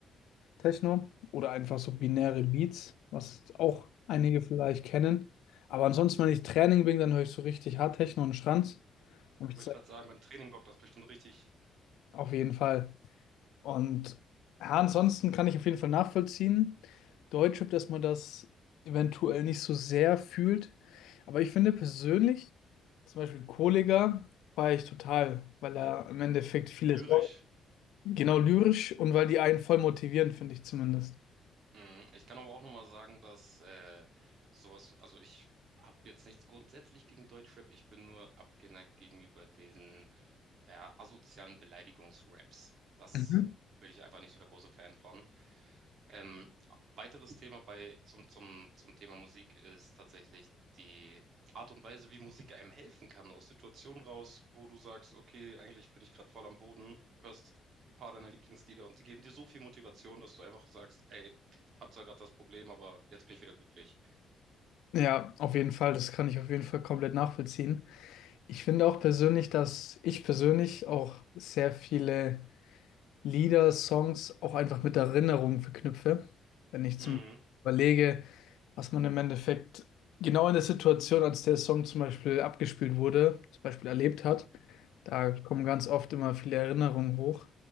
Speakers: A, on the left; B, on the right.
A: House-Techno oder einfach so binäre Beats, was auch einige vielleicht kennen. Aber ansonsten, wenn ich Training bin, dann höre ich so richtig Hard-Techno und Schranz. Hab
B: Wollte
A: ich
B: ich gerade sagen, beim Training bockt das bestimmt richtig
A: Auf jeden Fall. Und ja, ansonsten kann ich auf jeden Fall nachvollziehen, Deutsche, dass man das eventuell nicht so sehr fühlt. Aber ich finde persönlich, zum Beispiel Kollega, feiere ich total, weil er im Endeffekt vieles
B: lyrisch.
A: genau lyrisch und weil die einen voll motivieren, finde ich zumindest.
B: Mhm. Ich kann aber auch nochmal sagen, dass äh, sowas, also ich habe jetzt nichts grundsätzlich gegen Deutschrap, ich bin nur abgeneigt gegenüber diesen äh, asozialen Beleidigungsraps. Das
A: Mhm.
B: bin ich einfach nicht so der große Fan von. Ähm, weiteres Thema bei, zum, zum, zum Thema Musik ist tatsächlich die Art und Weise, wie Musik einem helfen kann, aus Situationen raus, wo du sagst, okay, eigentlich bin ich gerade voll am Boden, hörst ein paar deiner Lieblingslieder und die geben dir so viel Motivation, dass du einfach sagst, ey, hab zwar gerade das Problem, aber jetzt bin ich wieder glücklich.
A: Ja, auf jeden Fall, das kann ich auf jeden Fall komplett nachvollziehen. Ich finde auch persönlich, dass ich persönlich auch sehr viele Lieder, Songs auch einfach mit Erinnerungen verknüpfe. Wenn ich
B: Mhm.
A: zum überlege, was man im Endeffekt genau in der Situation, als der Song zum Beispiel abgespielt wurde, zum Beispiel erlebt hat, da kommen ganz oft immer viele Erinnerungen hoch.